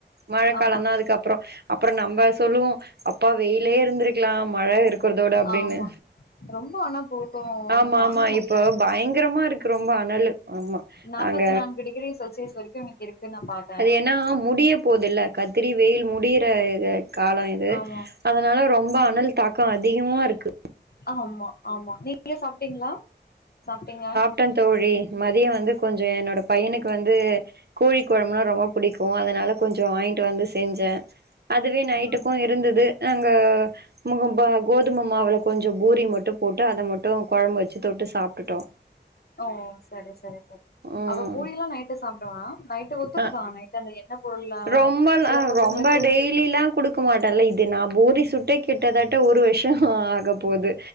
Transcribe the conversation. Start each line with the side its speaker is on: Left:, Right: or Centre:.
Right: மழக்காலந்தா
Left: ஆமா
Right: அதுக்கப்பறோ அப்பறோ நம்ம சொல்லுவோ அப்பா வெயிலே இருந்திருக்கலா மழ இருக்கு கிறதோட அப்டினு
Left: ஆமா ரொம்ப ஆனா போக்கு ஆனா
Right: ஆமா
Left: தாங்க
Right: ஆமா
Left: முடியல
Right: இப்ப பயங்கரமா இருக்கு ரொம்போ அனலு ஆமா
Left: நாப்பத்தி
Right: நாங்க
Left: நான்கு டிகிரி செல்சியஸ் வரைக்கு இன்னைக்கு இருக்கு நா பாத்
Right: அது ஏனா முடிய போதுல்ல கத்திரி வெயில் முடியற இது காலோ இது
Left: ஆமா
Right: அதனால ரொம்போ அனல் தாக்கோ அதிகமாருக்கு
Left: ஆமா ஆமா நீங்க சாப்ட்டீங்ளா சாப்ட்டேங்க
Right: ட்டன் தோழி மதியோ வந்து கொஞ்சோ என்னோட பைய்னுக்கு வந்து கோழி கொழம்புனா ரொம்ப புடிக்கு அதனால கொஞ்சோ வாங்கிட்டு வந்து செஞ்சே அதுவே நைட்டுக்கு
Left: ம்
Right: இருந்தது அங்க மா ப கோதும மாவுல கொஞ்சோ பூரி மட்டு போட்டு அத மட் டு கொழம்பு வச்சு தொட்டு சாப்டுட்டோ
Left: ஓ சரி சரி சரி
Right: ம்
Left: அவ பூரிலா நைட்டு சாப்டுவா நைட் ஒத்துக்குதா
Right: ஆ
Left: நைட்டு அந்த எண்ண பொருள்லா
Right: ரொம்பலா
Left: இருக்குல்ல சில
Right: அ
Left: பசங்களுக்கு
Right: ரொம்ப டெய் லிலா குடுக்க மாட்டல்ல இது நா பூரி சுட்டே கிட்ட தட்ட ஒரு வருஷோ ஆக போது